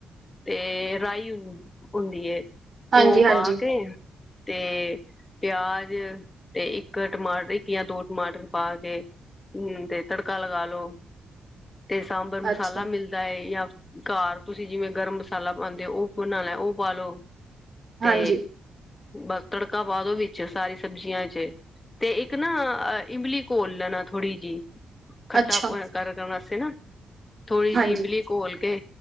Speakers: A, on the left; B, on the right.
A: ਤੇ ਰਾਈ ਹੁੰਦੀ ਏ
B: ਹਾਂਜੀ,
A: ਔਹ
B: ਹਾਂਜੀ,
A: ਪਾ ਕੇ ਤੇ ਪਿਯਾਜ ਤੇ ਇੱਕ ਟਮਾਟਰ ਇੱਕ ਜਾਂ ਦੋ ਟਮਾਟਰ ਪਾ ਕੇ। ਹਮ ਤੇ ਤੜਕਾ ਲਗਾ ਲੋੋ ਤੇ ਸਾਂਬਰ ਮਸਾਲਾ
B: ਅੱਛਾ,
A: ਮਿਲਦ ਦਾ ਏ ਯਾ ਘਰ ਤੁਸੀਂ ਜਿਵੇਂ ਗਰਮ ਮਸਾਲਾ ਪਾਉਂਦੇ ਹੋ ਔਹ ਬਣਾਨਾ ਔ ਪਾਲਓ।
B: ਹਾਂਜੀ,
A: ਤੇ ਬਸ ਤੜਕਾ ਪਾ ਦੋ ਵਿੱਚ ਸਾਰੀ ਸਬਜ਼ੀਆਂ ਚ ਤੇ ਇੱਕ ਨਾ ਇਮਲੀ ਘੋਲ ਲੈਣਾ ਥੋੜੀ ਜਿਹੀ ਖੱਟਾ
B: ਅੱਛਾ,
A: ਟਾ ਕਰਨ ਵਾਸਤੇ ਨਾ ਥੋੜ੍ਹੀ
B: ਹਾਂਜੀ,
A: ਜਿਹੀ ਇਮਲੀ ਘੋਲ ਕੇ